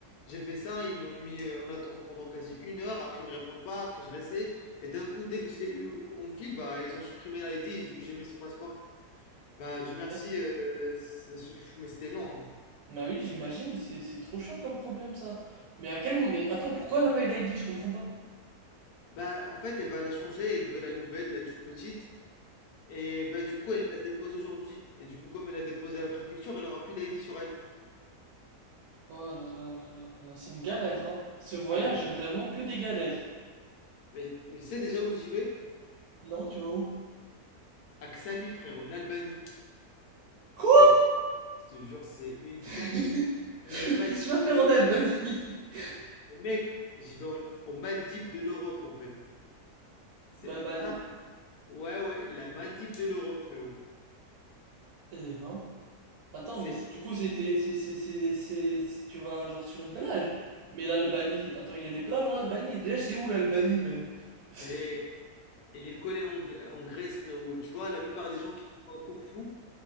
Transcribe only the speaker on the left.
J'ai fait ça. Ils m'ont mis euh, en attente pendant quasi une heure. Après, ils me répondent pas. Après, je restais. Et d'un coup, dès que je l'ai eu en fil, bah, ils ont supprimé l'ID. Et du coup, j'ai mis son passeport. Bah, Dieu merci.
euh, ça se- pff, mais c'était long. hein.
Bah, en fait, elle va la changer. Elle veut la nouvelle, la toute petite. Et ben, du coup, elle la dépose aujourd'hui. Et du coup, comme elle a déposé à la préfecture, elle aura plus d'ID sur elle.
Ah, mais,
mais, mais tu sais déjà où j'y vais?
À Ksamil, frère, en Albanie. C'est,
je te jure, c'est une
dinguerie. Les Maldives
de l'Europe.
Mec, j'y vais en- aux Maldives de l'Europe, en fait. C'est,
ouais, ouais, la Maldive de l'Europe, frérot.
C'est,
mec, elle est collée en, Gr- en Grèce, frérot. Tu vois, la plupart des gens qui vont à Corfou,